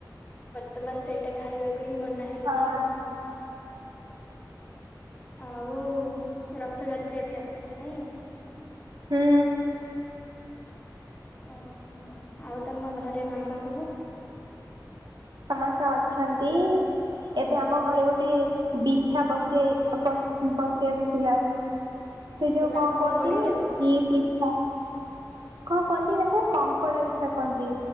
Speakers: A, on the left (about 20°); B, on the right (about 70°).
A: ବର୍ତ୍ତମାନ ସେଇଟା ଖାଇବାକୁ ହିଁ ମନା ହେଇଛି
B: ହଁ।
A: ଆଉ ଆଉ ରଥଯାତ୍ରା ବି ଆସୁଛି ନାଇଁ।
B: ହୁଁ।
A: ଓ ହୋ ଆଉ ତମ ଘରେ ମାମା ସବୁ
B: ସମସ୍ତେ ଅଛନ୍ତି। ଏବେ ଆମ ଘରେ ଗୋଟେ ବିଛା ପଶି ପଶ୍ ପଶି ଆସିଥିଲା। ସେ
A: ଓହୋ
B: ଯୋଉ କଁ
A: ତାକୁ
B: କୁହନ୍ତିନି
A: କଣ ଗୋଡେଇ ଦେଲ?
B: କି ବିଛା। କଁ କୁହନ୍ତି ତାକୁ କଙ୍କଡା ବିଛା କହନ୍ତି